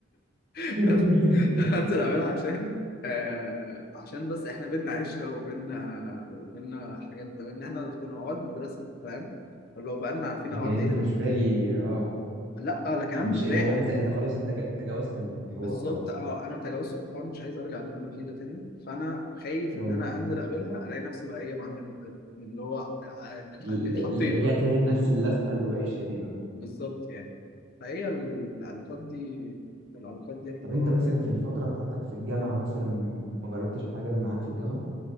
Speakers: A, on the left; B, on the right.
A: <laughs>
B: <laughs>
A: هنزل اقابلها عشان آه عشان بس احنا بينا عشره وبينا وبينا حاجات زمان ان احنا كنا مع بعض في المدرسه فاهم لو بقالنا عارفين
B: لكن
A: بعض
B: انت
A: ايه
B: مش باقي اه
A: لا لكن انا
B: مش
A: مش باقي
B: اللي هو انت انت خلاص انت جا- تجاوزت الحوار
A: بالظبط
B: اه
A: اه انا تجاوزت الحوار مش عايز ارجع للي انا فيه ده تاني فانا خايف
B: اه
A: ان انا انزل اقابلها الاقي نفسي بقى هي معلم اللي هو ه-
B: ل-
A: اتحطيت
B: ل- رجعت
A: بقى
B: تاني لنفس اللفه الوحشه دي اه
A: بالظبط يعني فهي ال- العلاقات دي العلاقات دي
B: طب
A: حوارات
B: انت مثلا
A: يعني
B: في الفتره بتاعتك في الجامعه مثلا ما ما جربتش حاجه معاك في الجامعه